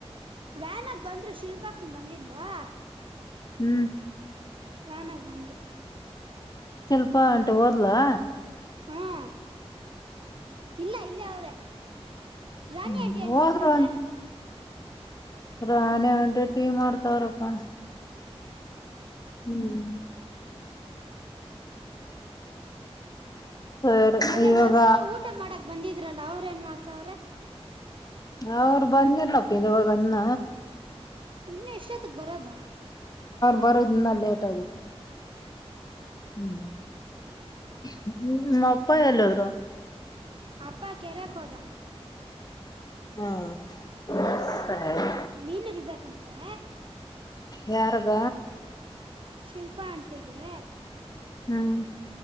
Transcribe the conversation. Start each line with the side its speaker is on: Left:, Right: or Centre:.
Right: ವ್ಯಾನ್ಾಗ ಬಂದ್ರು ಶಿಲ್ಪಾಕ್ನ ಬಂದಿಲ್ವಾ
Left: ಹ್ಮ್
Right: ನನ್ಾಗ ಬಂದ್ರು
Left: ಶಿಲ್ಪ ಅಂ ಓದ್ಲಾ
Right: ಹ್ಮ ಇಲ್ಲ ಇಲ್ಲ ಅವ್ರೆ ರಾಣಿ
Left: ಹ್ಮ್
Right: ಅಂಟಿ ಏನ್
Left: ಹೋದ್ರು
Right: ಮಾಡ್ತಾವ್ರ
Left: ರಾಣಿ ಅಟೆ ಟೀ ಮಾಡಡ್ತವಾರಪ್ಪ ಹ್ಮ್ ಸರಿ
Right: ಅದ
Left: ಇವಾಗ
Right: ಹೊಸ್ಗ ಊಟ ಮಾಡಕ್ ಬಂದಿದ್ದ ಇದ್ರಲ್ಲ ಅವ್ರ ಏನ್ ಮಾಡ್ತಾವ್ರೆ
Left: ಅವರು ಬಂದಿರ್ನಪ್ಪ ಇವಾಗನ್ನ
Right: ಇನ್ನ ಎಷ್ಟೊತ್ತಕ್ ಬರದ
Left: ಬರೋದನ್ನ ಲೇಟ್ ಆಗುತ್ತೆ ಹ್ಮ್ ಹ್ಮ ಹ್ಮ ಅಪ್ಪ ಎಲ್ಲದ್ರು
Right: ಅಪ್ಪ ಕೆರೆಕ್ ಹೋದ
Left: ಹಾ ಸರಿ
Right: ಮೀನ್ ಇರ್ಬೇಕಂತೆ
Left: ಯಾರುಗ
Right: ಶಿಲ್ಪಾ ಅಂಟಿಗೆ
Left: ಹ್ಮ್